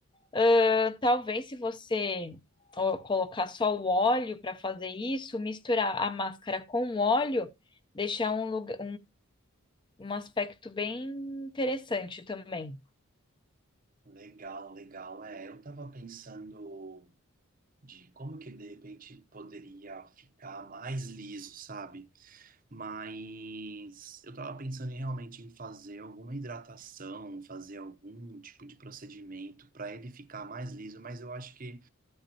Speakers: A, on the left (about 20°); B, on the right (about 40°).
A: Ah, talvez se você ó, colocar só o óleo para fazer isso, misturar a máscara com o óleo deixar um lugar, um aspecto bem interessante também.
B: Legal, legal. É, eu tava pensando de como que de repente poderia ficar mais liso, sabe? Mas eu tava pensando em, realmente em fazer alguma hidratação, fazer algum tipo de procedimento para ele ficar mais liso, mas eu acho que